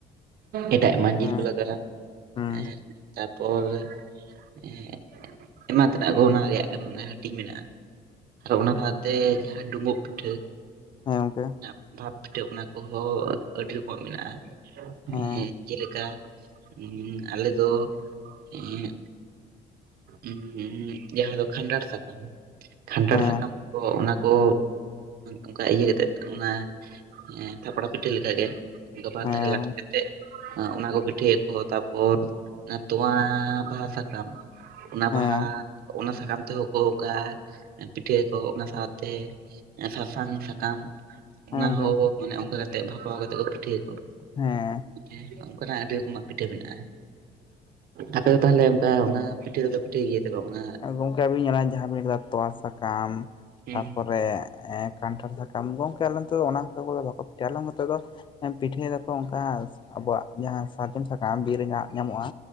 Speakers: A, on the right; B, on the left.
A: ᱮᱴᱟᱜ ᱮᱢᱟ ᱡᱤᱞ
B: ᱦᱮᱸ
A: ᱠᱚ ᱞᱟᱜᱟᱜ-ᱟ
B: ᱦᱩᱸ
A: ᱦᱮᱸ ᱛᱟᱨᱯᱚᱨ ᱮᱸᱜ ᱮᱢᱟ ᱛᱮᱱᱟᱜ ᱠᱚ ᱚᱱᱟ ᱨᱮᱭᱟᱜ ᱦᱟᱹᱴᱤᱧ ᱢᱮᱱᱟᱜ-ᱟ ᱟᱨᱚ ᱚᱱᱟ ᱥᱟᱶᱛᱮ ᱡᱟᱦᱟᱸ ᱰᱩᱢᱵᱩᱜ ᱯᱤᱴᱷᱟᱹ
B: ᱦᱮᱸ ᱜᱚᱝᱠᱮ
A: ᱟᱸ ᱵᱷᱟᱵᱽ ᱯᱤᱴᱷᱟᱹ ᱚᱱᱟ ᱠᱚᱦᱚᱸ ᱟᱹᱰᱤ ᱨᱚᱠᱚᱢᱟᱜ ᱢᱮᱱᱟᱜ-ᱟ
B: ᱦᱮᱸ
A: ᱮᱸ ᱡᱮᱞᱮᱠᱟ ᱦᱩᱸ ᱟᱞᱮ ᱫᱚ ᱮᱸᱜ ᱩᱸᱜᱻ ᱡᱟᱦᱟᱸ ᱫᱚ ᱠᱷᱟᱱᱴᱷᱟᱲ ᱥᱟᱠᱟᱢ ᱠᱷᱟᱱᱴᱷᱟᱲ
B: ᱦᱮᱸ
A: ᱥᱟᱠᱟᱢ ᱠᱚ ᱚᱱᱟ ᱠᱚ ᱚᱱᱠᱟ ᱤᱭᱟᱹ ᱠᱟᱛᱮᱜ ᱚᱱᱟ ᱮᱸ ᱛᱷᱟᱯᱲᱟ ᱯᱤᱴᱷᱟᱹ ᱞᱮᱠᱟᱜᱮ ᱵᱟᱨ
B: ᱦᱮᱸ
A: ᱫᱷᱟᱨᱮ ᱞᱟᱜᱟ ᱟᱸ ᱚᱱᱟ ᱠᱚ ᱯᱤᱴᱷᱟᱹᱭᱟ ᱠᱚ ᱛᱟᱨᱯᱚᱨ ᱚᱱᱟ ᱛᱚᱣᱟ ᱵᱟᱦᱟ ᱥᱟᱠᱟᱢ ᱚᱱᱟ
B: ᱦᱮᱸ
A: ᱵᱟᱦᱟ ᱚᱱᱟ ᱥᱟᱠᱟᱢ ᱛᱮᱦᱚᱸ ᱠᱚ ᱚᱱᱠᱟ ᱯᱤᱴᱷᱟᱹᱭᱟ ᱠᱚ ᱚᱱᱟ ᱥᱟᱶᱛᱮ ᱮᱸ ᱥᱟᱥᱟᱝ ᱥᱟᱠᱟᱢ
B: ᱦᱮᱸ
A: ᱚᱱᱟ
B: ᱜᱚᱝᱠᱮ
A: ᱦᱚᱸ ᱢᱟᱱᱮ ᱚᱱᱠᱟ ᱠᱟᱛᱮᱜ ᱵᱷᱟᱯᱟᱣ ᱠᱟᱛᱮᱫ ᱠᱚ ᱯᱤᱴᱷᱟᱹᱭᱟ ᱠᱚ
B: ᱦᱮᱸ
A: ᱦᱮᱸ ᱚᱱᱠᱟᱱᱟᱜ ᱟᱹᱰᱤ ᱨᱚᱠᱚᱢᱟᱜ ᱯᱤᱴᱷᱟᱹ ᱢᱮᱱᱟᱜ-ᱟ ᱟᱯᱮ ᱫᱚ ᱛᱟᱦᱚᱞᱮ ᱚᱱᱠᱟ ᱚᱱᱟ ᱯᱤᱴᱷᱟᱹ ᱫᱚᱯᱮ ᱴᱷᱤᱠ ᱤᱭᱟᱹ ᱛᱮᱠᱚ ᱠᱟᱱᱟ
B: ᱜᱚᱝᱠᱮ ᱟᱵᱤᱱ ᱚᱱᱟ ᱡᱟᱦᱟᱸ ᱵᱤᱱ ᱞᱟᱹᱭ ᱠᱮᱫᱟ ᱛᱚᱣᱟ ᱥᱟᱠᱟᱢ
A: ᱦᱩᱸ
B: ᱛᱟᱨᱯᱚᱨᱮ ᱠᱟᱱᱴᱷᱟᱲ ᱥᱟᱠᱟᱢ ᱜᱚᱝᱠᱮ ᱟᱞᱮ ᱫᱚ ᱚᱱᱟᱠᱚ ᱵᱟᱠᱚ ᱯᱤᱴᱷᱟᱹᱭᱟ ᱟᱞᱮ ᱱᱚᱛᱮ ᱫᱚ ᱯᱤᱴᱷᱟᱹᱭ ᱫᱟᱠᱚ ᱚᱱᱠᱟ ᱟᱵᱚᱣᱟᱜ ᱡᱟᱦᱟᱸ ᱥᱟᱨᱡᱚᱢ ᱥᱟᱠᱟᱢ ᱵᱤᱨ ᱨᱮᱱᱟᱜ ᱧᱟᱢᱚᱜ-ᱟ